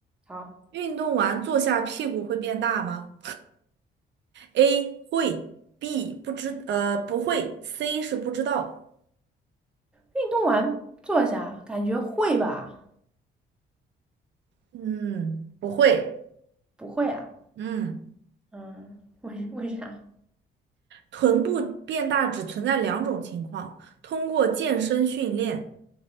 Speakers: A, in the centre; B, on the right.
A: 好，
B: 运动完坐下屁股会变大吗？A 会，B 不知，呃，不会，C 是不知道。
A: 运动完坐下，感觉会吧？
B: 嗯，不会。
A: 不会啊？
B: 嗯，
A: 嗯，为为啥？
B: 臀部变大只存在两种情况，通过健身训练